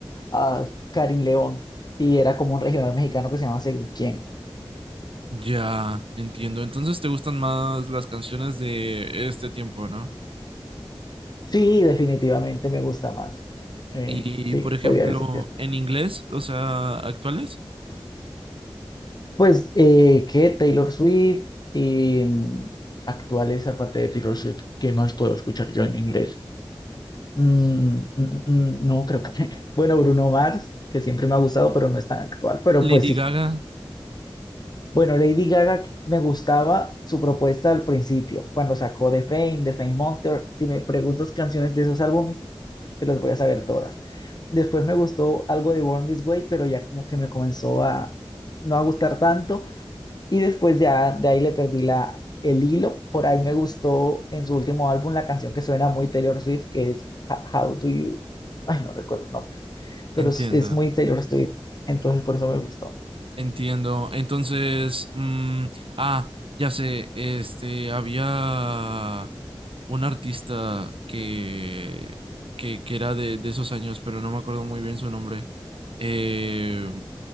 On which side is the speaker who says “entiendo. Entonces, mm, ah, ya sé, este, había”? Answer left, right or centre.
Right